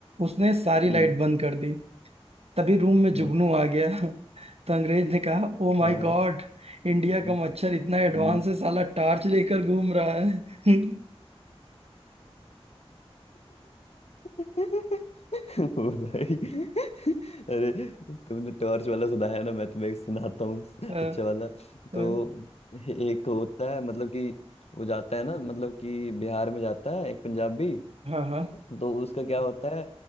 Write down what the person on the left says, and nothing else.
हम्म,
हम्म,
हाँ,
हम्म,
हम्म।
<laughs> ओ भाई <laughs> अरे तुमने टॉर्च वाला सुनाया ना मैं तुम्हें एक सुनाता हूँ
अच्छा वाला
तो एक होता है मतलब कि वो जाता है ना मतलब कि बिहार में जाता है एक पंजाबी
तो उसका क्या होता है